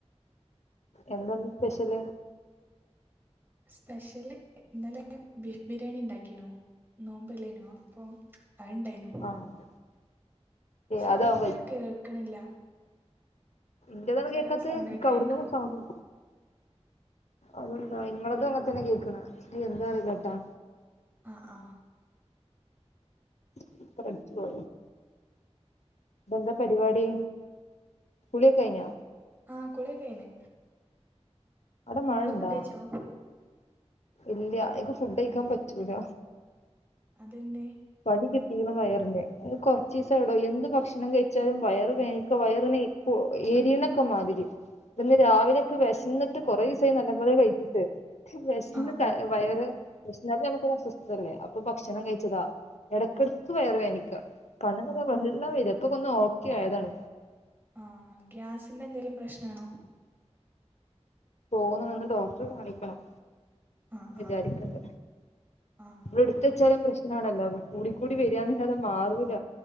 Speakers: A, on the left (about 75°); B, on the right (about 20°).
A: എന്തന്ന് സ്പെഷ്യല്
B: സ്പെഷ്യല് ഇന്നലെ ബീഫ് ബിരിയാണി ഇണ്ടാ‌ക്കിനു നോമ്പല്ലേനോ അപ്പൊ അത്ണ്ടായിനു
A: ആഹ്
B: സൗണ്ട്
A: അതാവും
B: കേൾക്കണില്ല
A: എന്റെതാണ്
B: ചെറിയ
A: കേക്കാത്ത
B: സൗണ്ട്
A: എനിക്കവിടുന്ന്
B: ആയിട്ടാ കേൾക്കണേ
A: സൗണ്ടു അതന്താ നിങ്ങളതും അങ്ങെ തന്നെ കേൾക്കണ് <unintelligible> എന്താ അറിയല്ലട്ടാ
B: ആ ആ
A: സ്പീക്കർ അടിച്ചു പോയോ എന്താ പരിപാടി കുളിയൊക്കെ കയ്ഞ്ഞോ.
B: ആ കുളിയൊക്കെ കയ്ഞ്ഞ്
A: അവിടെ
B: ഇങ്ങള്
A: മഴ ഇണ്ടാ
B: ഫുഡ് കയ്ച്ചോ.
A: ഇല്ല എനക്ക് ഫുഡ് കയിക്കാൻ പറ്റൂല.
B: അത് എന്തേയ്.
A: പണി കിട്ടീക്ക്ണ് വയറിന് അത് കൊറച്ചീസായെടോ യെന്ത് ഭക്ഷണം കഴിച്ചാലും വയർ വെയ്ക്കാ വയർ ക്കൂ എരീണൊക്കെ മാതിരി അപ്പൊന്ന് രാവിലൊക്കെ വെശന്നിട്ട് കുറേ ദിവസായി നല്ലപോലെക്കെ കഴിച്ചി ട്ട് വെഷന്ന്
B: ആഹ് ആഹ്
A: വയറ് വെഷന്നാല് നമുക്ക് ഒരു അസ്വസ്ഥതല്ലേ അപ്പൊ ഭക്ഷണം കഴിച്ചതാ. ഇടക്കിടക്ക് വയർ വെനിക്കാ കണ്ണ്ന്നൊക്കെ വെള്ളം വര ഇപ്പൊ ന്ന് ഓക്കെ ആയതാണ്
B: ആ ഗ്യാസിന്റെ എന്തെലും പ്രശ്നാണോ.
A: തോന്നണ് ഇന്ന് ഡോക്ടറെ ഒന്ന് കാണിക്കണം.
B: ആഹ്
A: വിചാരിക്കണ്ട
B: ആഹ്
A: ഇ
B: ആഹ്
A: വിടെ ത്തെ ചില പ്രശന ണാണല്ലോ കൂടിക്കൂടി വരാന്നലാതെ അത് മാറൂല.